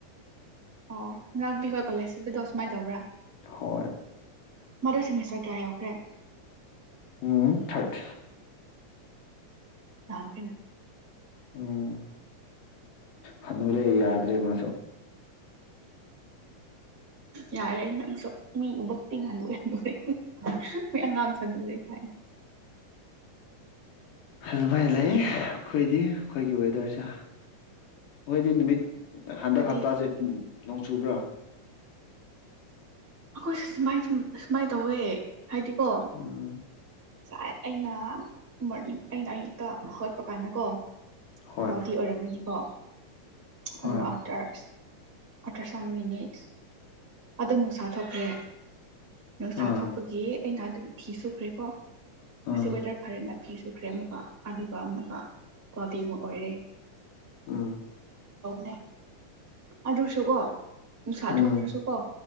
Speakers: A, on the right (about 25°); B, on the left (about 85°).
A: ꯑꯣ ꯉꯔꯥꯡꯄꯤ ꯍꯣꯏ ꯀꯣꯂꯦꯖꯁꯤꯗꯣ ꯁꯨꯃꯥꯏꯅ ꯇꯧꯕ꯭ꯔꯥ
B: ꯍꯣꯏ
A: ꯃꯗꯨ ꯁꯦꯃꯤꯁꯇꯔ ꯀꯌꯥ ꯌꯥꯎꯈ꯭ꯔꯦ
B: ꯎꯝ ꯊꯥꯔꯠ
A: ꯌꯥꯝꯝ ꯀꯅ
B: ꯎꯝ ꯍꯅꯔꯦ ꯌꯥꯔ ꯑꯗꯨꯗ꯭ꯔꯦꯃꯁ
A: ꯌꯥꯔꯦ ꯅꯪꯁꯨ ꯃꯤ ꯎꯕꯛꯇꯤ ꯉꯟꯗꯣꯛꯦ ꯍꯥꯏꯟꯗꯦ ꯃꯤ ꯑꯉꯥꯡ ꯁꯪ ꯍꯥꯏ
B: ꯑꯗꯨꯃꯥꯏꯅ ꯂꯩ ꯑꯩꯈꯣꯏꯗꯤ ꯑꯩꯈꯣꯏꯒꯤ ꯋꯦꯗꯔꯁꯦ ꯃꯣꯏꯗꯤ ꯅꯨꯃꯤꯠ
A: ꯑꯩꯈꯣꯏꯗꯤ
B: ꯍꯟꯗꯛ ꯍꯞꯇꯥꯁꯦ ꯅꯣꯡ ꯆꯨꯕ꯭ꯔꯥ
A: ꯑꯩꯈꯣꯏ ꯁꯨꯃꯥꯏ ꯁꯨꯃꯥꯏꯅ ꯇꯧꯋꯦ ꯍꯥꯏꯥꯏꯗꯤ ꯀꯣ
B: ꯎꯝ
A: ꯉꯁꯥꯏ ꯑꯩꯅ ꯃꯣꯔꯅꯤꯡ ꯑꯩꯅ ꯑꯌꯨꯛꯇ ꯍꯧꯒꯠꯄ ꯀꯥꯟꯗ ꯀꯣ
B: ꯍꯣꯏ
A: ꯀꯥꯎꯗꯤ ꯑꯣꯏꯔꯝꯃꯅꯤꯀꯣ
B: ꯍꯣꯏ
A: ꯑ ꯑꯇꯔꯁ ꯑꯊ꯭ꯔ ꯁꯝ ꯃꯤꯅꯤꯠꯁ ꯑꯗꯨꯝ ꯅꯨꯡꯁꯥ ꯊꯣꯛꯂꯦ ꯅꯨꯡꯁꯥ
B: ꯑꯥ
A: ꯊꯣꯛꯄꯒꯤ ꯑꯩꯅ ꯑꯗꯨꯝ ꯐꯤ ꯁꯨꯈ꯭ꯔꯦꯀꯣ ꯃꯁꯤ
B: ꯑꯥ
A: ꯋꯦꯗꯔ ꯐꯔ ꯂꯦ ꯐꯤ ꯁꯨꯈ꯭ꯔꯦ ꯑꯃꯨꯛꯀ ꯑꯗꯨꯒ ꯑꯃꯨꯛꯀ ꯀ꯭ꯋꯥꯕꯤꯃꯨꯛ ꯑꯣꯏꯔꯦ
B: ꯎꯝ
A: ꯗꯦ ꯑꯗꯨꯁꯨꯀꯣ ꯅꯨꯡꯁꯥ
B: ꯎꯝ
A: ꯊꯣꯛꯇ꯭ꯔꯁꯨ ꯀꯣ